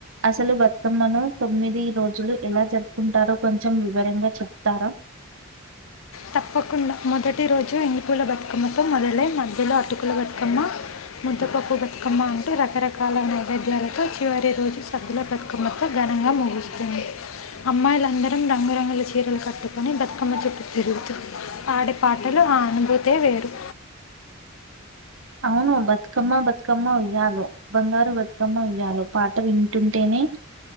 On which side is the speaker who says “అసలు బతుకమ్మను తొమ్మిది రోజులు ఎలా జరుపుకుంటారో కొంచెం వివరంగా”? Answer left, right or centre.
Right